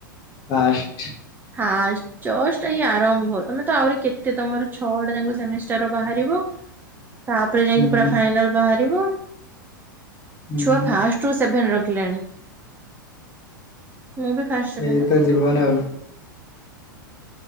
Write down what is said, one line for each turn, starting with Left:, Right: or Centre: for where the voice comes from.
Left: ଫାଷ୍ଟ।
Right: ଫାଷ୍ଟ ଜଷ୍ଟ ଏଇ ଆରମ୍ଭ ତମେ ତ ଆହୁରି କେତେ ତମର ଛଅଟା ଯାଙ୍କ ସେମିଷ୍ଟାର ବାହାରିବ। <inaudible> ତାପରେ ଯାଇକି
Left: ହୁଁ
Right: ପୁରା ଫାଇନାଲ ବାହାରିବ।
Left: ହୁଁ
Right: ଛୁଆ ଫାଷ୍ଟ ରୁ ସେଭେନ ର ଖିଲାଣି ମୁଁ ବି ଫାଷ୍ଟ ସେଭେନ
Left: ଏଇତ
Right: ରଖିଥିଲି।
Left: ଜୀବନ ଆଉ